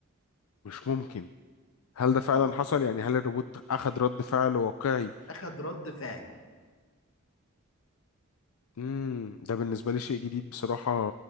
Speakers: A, on the left (about 85°); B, on the left (about 65°).
A: مش ممكن هل ده فعلا
B: اه
A: حصل يعني هل الروبوت اخذ رد فعل واقعي
B: اخد رد فعل
A: امم ده بالنسبه لي شيء جديد بصراحه